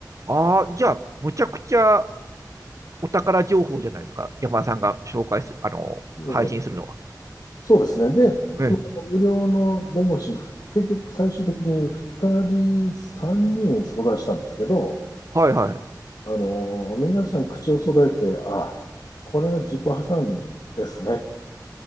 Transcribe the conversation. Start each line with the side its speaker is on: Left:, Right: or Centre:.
Right: ああ、じゃあ、むちゃくちゃお宝情報じゃないですか。山田さんが紹介する、あの、
Left: もう
Right: 配信するのは。
Left: そうですね。で、
Right: ね。
Left: その無料の弁護士、結局最終的に2人、3人相談したんですけど、
Right: はい、はい。
Left: あの、皆さん口を揃えて、あ、これは自己破産ですねって